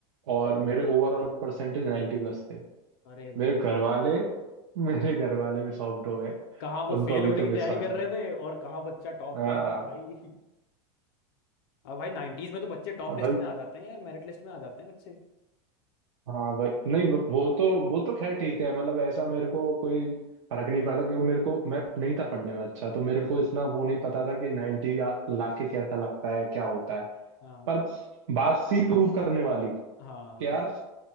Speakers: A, on the right; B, on the left.
A: और मेरे ओवरऑल परसेंटेज 90 प्लस थे
B: अरे भाई
A: मेरे घर वाले मेरे घर वाले भी शॉक्ड हो गए
B: कहाँ वो
A: उनको
B: फेल
A: अभी
B: होने
A: तक
B: की तैयारी
A: विश्वास
B: कर
A: नहीं
B: रहे थे और कहाँ बच्चा टॉप
A: हाँ
B: कर रहा है भाई <laughs> अब भाई नाइन्टीज में तो बच्चे टॉप
A: हाँ
B: लिस्ट
A: भाई
B: में आ जाते हैं यार मेरिट लिस्ट में आ जाते हैं बच्चे
A: हाँ भाई नहीं वो वो तो वो तो खैर ठीक है मतलब ऐसा मेरे को कोई फर्क नहीं पड़ता क्योंकि मेरे को मैं नहीं था पढ़ने में अच्छा तो मेरे को
B: हाँ
A: इतना वो नहीं पता था कि 90 लाके कैसा लगता है क्या होता है
B: हाँ
A: पर बात थी प्रूव करने वाली
B: हाँ
A: कि यार
B: करेक्ट